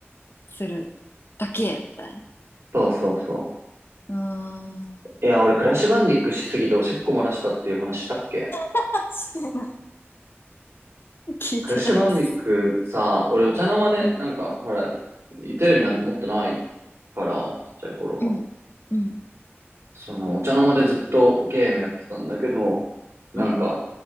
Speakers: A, on the left (about 55°); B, on the right (about 70°).
A: するだけみたいな。
B: そうそうそ
A: うーん、
B: う。いや、俺、クラッシュバンディックしすぎておしっこ漏らしたっていう話したっけ
A: <laughs> してない。<laughs> 聞いてないです。
B: クラッシュバンディックさ、俺、お茶の間で、
A: うん、
B: なんか、ほら、テレビなんて持ってないから、ちっちゃい頃は。
A: うん、うん、
B: その、お茶の間でずっとゲームやってたんだけど、なんか、
A: うん、